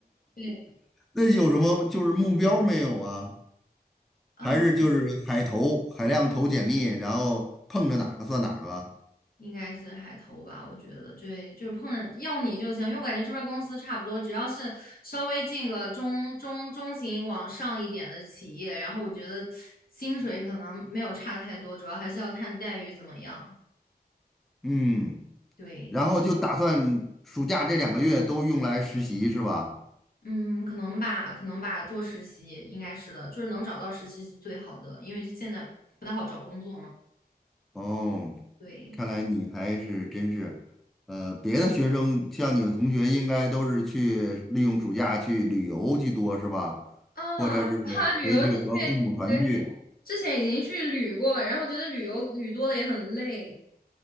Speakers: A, on the left; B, in the centre.
A: 对，
B: <laughs> 那有什么就是目标没有啊？
A: 嗯，
B: 还是就是海投，海量投简历，然后碰着哪个算哪个？
A: 应该是海投吧，我觉得，对，就是碰着要你就行，因为我感觉这边公司差不多，只要是稍微进个中中中型往上一点的企业，然后我觉得薪水可能没有差太多，主要还是要看待遇怎么样。
B: 嗯。
A: 对，
B: 然后就打算暑假这两个月都用来实习是吧？
A: 嗯，可能吧，可能吧，做实习应该是的，就是能找到实习是最好的，因为就现在不太好找工作嘛。
B: 哦，
A: 对，
B: 看来你还是真是，呃，别的学生像你的同学应该都是去利用暑假去旅游居多是吧？
A: 啊，
B: 或者是回去和父母团聚
A: <laughs> 哈，旅游这边对，之前已经去旅过了，然后觉得旅游旅多了也很累。